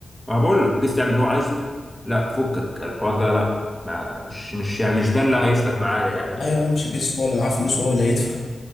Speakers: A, in the centre; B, on the left.
A: ما بقول لك والجست يعمل اللي هو عايزه لا فكك الحوار ده لا ما مش مش يعني مش ده اللي هيسلك معايا يعني وكده
B: أيوه مش لسه هو اللي معاه فلوس وهو اللي هيدفع